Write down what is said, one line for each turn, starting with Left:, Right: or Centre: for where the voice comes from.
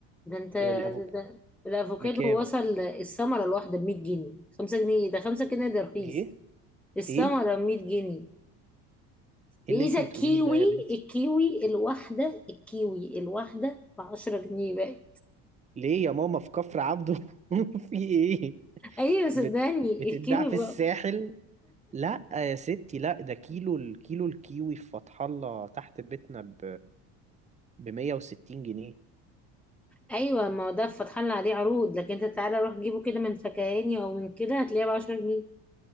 Centre: ده انت
Right: فالافوك
Centre: ده, ده. الافوكادو
Right: بكام
Centre: وصل الثمره الواحده ب 100 جنيه 5 جنيه إيه ده 5 جنيه ده رخيص
Right: ايه
Centre: الثمره
Right: ايه
Centre: ب 100 جنيه
Right: ايه
Centre: بإذا
Right: اللي انت بتقوليه
Centre: كيوي
Right: ده يا بنتي
Centre: الكيوي الواحدة الكيوي الواحدة بعشرة جنيه بقى
Right: ليه يا ماما في كفر عبده <laughs> في ايه
Centre: أيوة صدقني
Right: بت... بتتباع
Centre: الكيوي
Right: في
Centre: بقى.
Right: الساحل لا يا ستي لا ده كيلو الكيلو الكيوي في فتح الله تحت بيتنا ب ب 160 جنيه
Centre: أيوة ما هو ده فتح لنا عليه عروض لكن أنت تعالى روح جيبه كده من فكهاني أو من كده هتلاقيه بعشرة جنيه